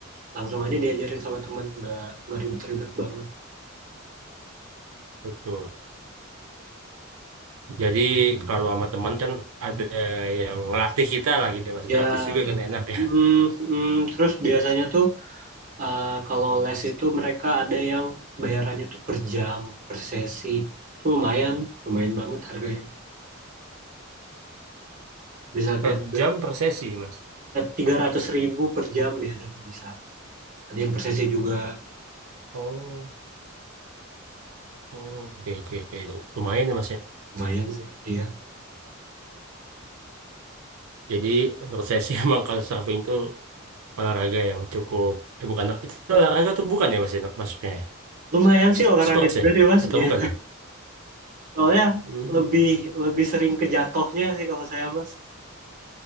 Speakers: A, on the right; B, on the right.
A: langsung aja diajarin sama temen, nggak nggak ribet-ribet banget.
B: Betul. Jadi kalau sama teman kan ada yang ngelatih kita lah gitu ya, masih
A: Ya,
B: gratis juga
A: deh.
B: kan enak ya.
A: Mm, mm, terus biasanya tuh eh, kalau les itu mereka ada yang bayarannya tuh per jam, per sesi. Itu lumayan, lumayan banget harganya. Bisa kayak
B: Per jam per sesi mas.
A: tiga ratus ribu per jam biasanya bisa. Ada yang per sesi juga
B: Oh, oh, oke oke oke Lu- lumayan ya mas ya.
A: lumayan sih, iya.
B: Jadi menurut saya sih <laughs> emang kalau surfing itu olahraga yang cukup, eh bukan itu olahraga tuh bukan ya mas ya masuknya ya?
A: Lumayan sih olahraga
B: Sports
A: juga
B: ya
A: deh, Mas.
B: atau
A: Iya.
B: bukan ya?
A: Soalnya
B: Hmm.
A: lebih lebih sering ke jatuhnya sih kalau saya mas.